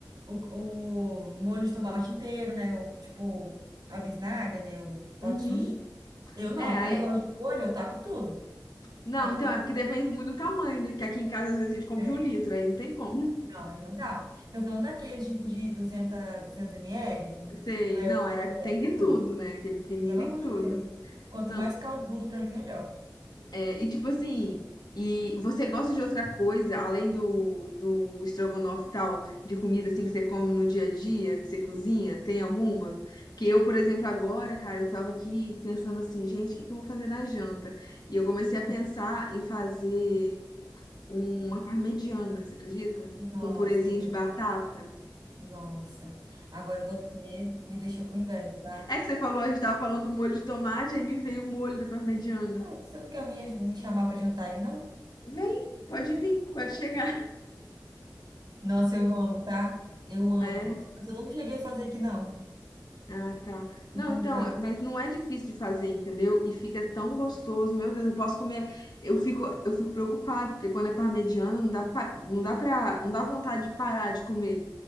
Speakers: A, on the right (about 75°); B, on the left (about 70°).
A: o, o molho de tomate inteiro, né? O, tipo, a bisnaga, né? O potinho.
B: Uhum.
A: Eu não,
B: É, aí...
A: como eu gosto de molho, eu taco tudo.
B: Não,
A: Coloco
B: então
A: tudo.
B: é porque depende muito do tamanho, né? Que aqui em casa às vezes a gente compra
A: É.
B: de um litro, aí não tem como.
A: Não, aí não dá. Tô falando daqueles tipo de 200, 200 ml,
B: Sei.
A: aí
B: Não,
A: eu,
B: é
A: eu
B: aqui
A: coloco
B: tem que
A: tudo.
B: tudo, né? Aquele pequenininho
A: Pelo
B: tem
A: amor
B: que tudo.
A: de Deus. Quanto
B: Não,
A: mais caldudo, pra mim, melhor.
B: É, E tipo assim, e você gosta de outra coisa além do, do estrogonofe e tal, de comida assim que você come no dia a dia, que você cozinha? Tem alguma? Porque eu, por exemplo, agora, cara, eu tava aqui pensando assim, gente, o que que eu vou fazer na janta? E eu comecei
A: <laughs>
B: a pensar em fazer uma parmegiana, você acredita?
A: Uhum. Nossa,
B: Com purezinho
A: que delícia.
B: de batata.
A: Nossa. Agora você me deixou com inveja, tá?
B: É que você falou, a gente tava falando do molho de tomate, aí me veio o molho da parmegiana.
A: Não, Você não quer me me chamar pra jantar aí, não?
B: Vem, pode vir, pode chegar.
A: Nossa, eu amo, tá? Eu amo.
B: É.
A: Mas eu nunca cheguei a fazer aqui, não.
B: Ah, tá. Não,
A: Nunca.
B: então, mas não é difícil de fazer, entendeu? E fica tão gostoso, meu Deus, eu posso comer. Eu fico, eu fico preocupado, porque quando é parmegiana, não dá pa- não dá pra, não dá vontade de parar de comer.